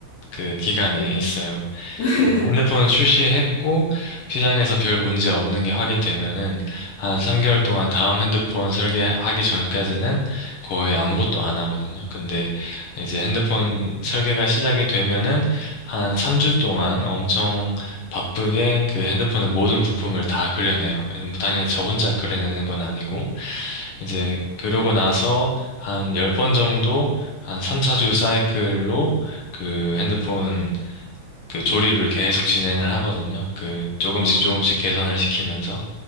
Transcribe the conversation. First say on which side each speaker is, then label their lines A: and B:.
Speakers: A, on the left; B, on the left.
A: 그 기간이
B: 어.
A: 있어요.
B: <laughs>
A: 이제 핸드폰 출시했고 시장에서 별 문제 없는 게 확인되면은 한 3개월 동안 다음 핸드폰 설계하기 전까지는 거의 아무것도 안 하거든요. 근데 이제 핸드폰 설계가 시작이 되면은 한 3주 동안 엄청 바쁘게 그 핸드폰의 모든 부품을 다 그려내요. 당연히 저 혼자 그려내는 건 아니고 이제 그러고 나서 한 10번 정도 한 3, 4주 사이클로 그 핸드폰 그 조립을 계속 진행을 하거든요. 그 조금씩
B: 아,
A: 조금씩 개선을 시키면서.